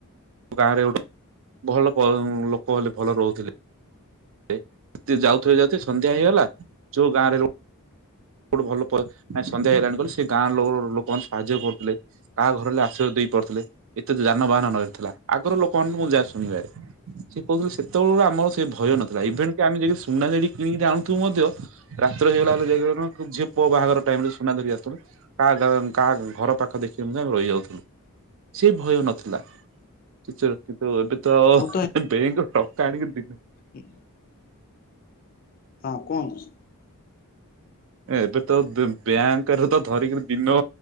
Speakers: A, on the right (about 60°); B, on the left (about 40°).
A: ଗାଁରେ ଗୋଟେ, ଭଲ ପଂ ଲୋକ ହେଲେ ଭଲ ରହୁ ଏ ତେ ଯାଉଥିବେ ଯାଉଥିବେ ସନ୍ଧ୍ୟା ହେଇଗଲା, ଯୋଉ ଗାଁରେ କୋଉଠୁ ଭଲ ପ ନାଇଁ ସନ୍ଧ୍ୟା ହେଇଗଲାଣି କହିଲେ ସେ ଗାଁର ଲୋ ଲୋକମାନେ ସାହାଯ୍ୟ କରୁଥିଲେ। କାହା ଘର ହେଲେ ଆଶ୍ରୟ ଦେଇ ପାରୁଥିଲେ, ଏତେ ତ ଯାନବାହାନ ନ ଥିଲା, ଆଗରୁ ଲୋକମାନେ ମୁଁ ଯା ଶୁଣିବାରେ। ସି କ୍ ରୁ ସେତେବେଳକୁ ଆମର ସେ ଭ ଭୟ ନଥିଲା, ଇଭେଣ୍ କି ଆମେ ଯାଇକିରି ସୁନା ଯାଇଟି କିଣିକିରି ଆଣୁଥୁବୁ ମଧ୍ୟ ରାତ୍ର ହେଇଗଲା ବଲେ ଯା ଝିଅ ପୁଅ ବାହାଘର ଟାଇମ୍ ରେ ସୁନା ଧରି ଆସୁଥିଲୁ, କା ଘ କା ଘର ପାଖ ଦେଖିକି ନା ରହିଯାଉଥିଲୁ। ସେ ଭୟ ନଥିଲା, ସେ ଚୋର କିନ୍ତୁ ଏବେ ତ ଆଉ
B: ମୁଁ
A: ବ୍ୟାଙ୍କ ଟଙ୍କା ଆଣିକି ଦିନୁ
B: ହୁଁ। ହଁ କୁହନ୍ତୁ।
A: ଏବେ ତ ଵ୍ୟା ବ୍ୟାଙ୍କରେ ତ ଧରିକିରି ଦିନ